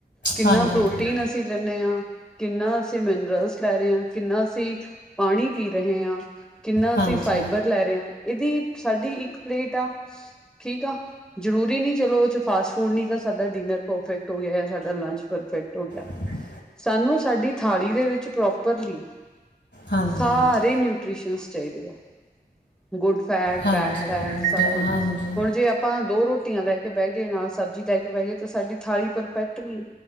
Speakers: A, in the centre; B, on the left (about 75°).
A: ਕਿੰਨਾ
B: ਹਾਂਜੀ
A: ਪ੍ਰੋਟੀਨ ਅਸੀਂ ਲੈਂਨੈ ਹਾਂ। ਕਿੰਨਾ ਅਸੀਂ ਮਿਨਰਲਸ ਲੈ ਰਹੇ ਹਾਂ, ਕਿੰਨਾ ਅਸੀਂ ਪਾਣੀ ਪੀ ਰਹੇ ਹਾਂ। ਕਿੰਨਾ ਅਸੀਂ
B: ਹਾਂਜੀ
A: ਫਾਈਬਰ
B: ਹਾਂਜੀ
A: ਲੈ ਰਹੇ ਹਾਂ। ਇਹਦੀ ਸਾਡੀ ਇੱਕ ਪਲੇਟ ਆ, ਠੀਕ ਆ। ਜ਼ਰੂਰੀ ਨਹੀਂ, ਚਲੋ ਉਹ 'ਚ ਫਾਸਟ ਫੂਡ ਨੀ ਤਾਂ ਸਾਡਾ ਡਿਨਰ ਪਰਫੈਕਟ ਹੋ ਗਿਆ, ਸਾਡਾ ਲੰਚ ਪਰਫੈਕਟ ਹੋ ਗਿਆ।
B: ਹ <unintelligible>
A: ਸਾਨੂੰ, ਸਾਡੀ ਥਾਲੀ ਦੇ ਵਿੱਚ ਪ੍ਰੋਪਰਲੀ
B: ਹਾਂਜੀ
A: ਸਾਰੇ ਨਿਊਟ੍ਰੀਸ਼ਨਸ ਚਾਹੀਦੇ ਆ। ਗੁੱਡ ਫੈਟ,
B: ਹਾਂਜੀ
A: ਬੈਡ ਫੈਟ,
B: ਹਾਂਜੀ
A: ਸਭ
B: ਬ
A: ਕੁਛ।
B: ਹਾਂਜੀ
A: ਹੁਣ ਜੇ ਆਪਾਂ ਦੋ ਰੋਟੀਆਂ ਲੈ ਕੇ ਬਹਿ ਗਏ, ਨਾਲ ਸਬਜ਼ੀ ਲੈ ਕੇ ਬਹਿ ਗਏ, ਤਾਂ ਸਾਡੀ ਥਾਲੀ ਪਰਫੈਕਟ ਨਹੀਂ।